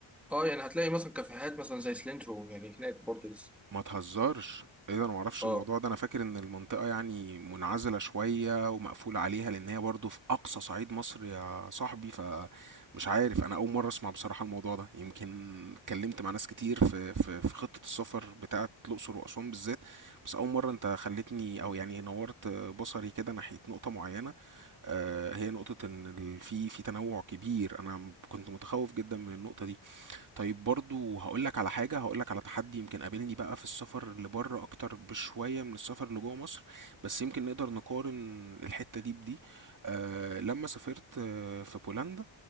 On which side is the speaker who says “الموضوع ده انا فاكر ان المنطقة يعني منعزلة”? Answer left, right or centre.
Right